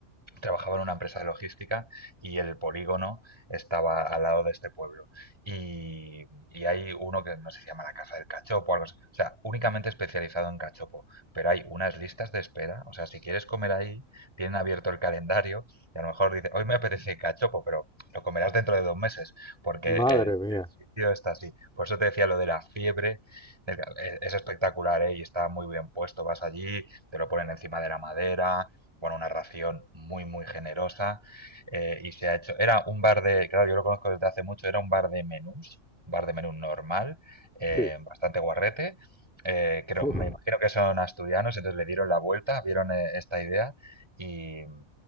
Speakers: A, on the right; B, in the centre.
A: trabajaba en una empresa de logística y el polígono estaba al lado de este pueblo. Y, y hay uno que no sé si se llama la Casa del Cachopo o algo así. O sea, únicamente especializado en cachopo. Pero hay unas listas de espera. O sea, si quieres comer ahí, tienen abierto el calendario y a lo mejor dice, hoy me apetece cachopo, pero lo comerás dentro de dos meses porque
B: Madre
A: el,
B: mía.
A: el sitio está así. Por eso te decía lo de la fiebre. del ca- e- Es espectacular, ¿eh? Y está muy bien puesto. Vas allí, te lo ponen encima de la madera, bueno, una ración muy, muy generosa eh, y se ha hecho, era un bar de, claro, yo lo conozco desde hace mucho, era un bar de menús, un bar de menú normal, eh,
B: Sí.
A: bastante
B: <laughs>
A: guarrete. eh, creo,
B: Oh,
A: me imagino que son asturianos, entonces le dieron la vuelta, vieron eh, esta idea y